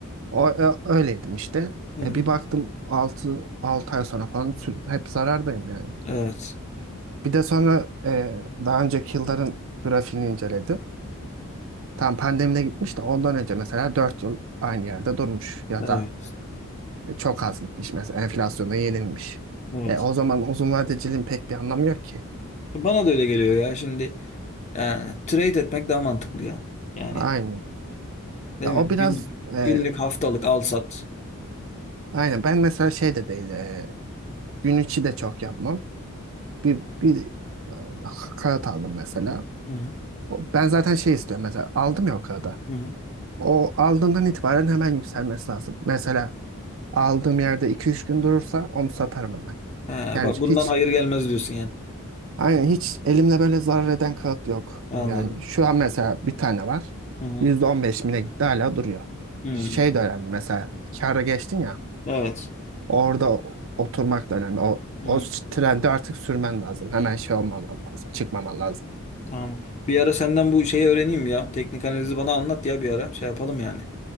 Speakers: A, on the right; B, on the left.
A: o, ö- öyleydim işte.
B: Hı hı.
A: E, bir baktım altı 6 ay sonra falan sü- hep zarardayım yani.
B: Evet.
A: Bir de sonra e, daha önceki yılların grafiğini inceledim. Tam pandemide gitmiş de ondan önce mesela 4 yıl aynı yerde durmuş ya
B: Evet.
A: da e, çok az gitmiş mesela enflasyonda yenilmiş.
B: Evet.
A: E, o zaman uzun vadeciliğin pek bir anlamı yok ki.
B: Bana da öyle geliyor ya. Şimdi yani, trade etmek daha mantıklı ya. Yani
A: Aynen.
B: değil
A: Ya
B: mi?
A: o
B: Günlük,
A: biraz e,
B: günlük haftalık al sat.
A: Aynen ben mesela şey de değil e, Gün içi de çok yapmam. Bir, bir e, kağıt aldım mesela.
B: Hı hı.
A: O- Ben zaten şey istiyorum mesela aldım ya o kağıdı.
B: Hı hı.
A: O aldığımdan itibaren hemen yükselmesi lazım. Mesela aldığım yerde iki üç gün durursa onu satarım hemen.
B: He,
A: Yani
B: bak
A: hiç
B: bundan hayır gelmez diyorsun yani.
A: aynen hiç elimde böyle zarar eden kağıt yok.
B: Anladım.
A: Yani şu an mesela bir tane var.
B: Hı hı.
A: %15 mine gitti hala duruyor.
B: Hı.
A: Şey de önemli mesela kâra geçtin ya
B: Evet.
A: orada o- oturmak da önemli. O,
B: Hı.
A: o trendi artık sürmen lazım. Hemen
B: Hı.
A: şey olmaman lazım. Çıkmaman lazım.
B: Tamam. Bir ara senden bu şeyi öğreneyim ya. Teknik analizi bana anlat ya bir ara. Şey yapalım yani.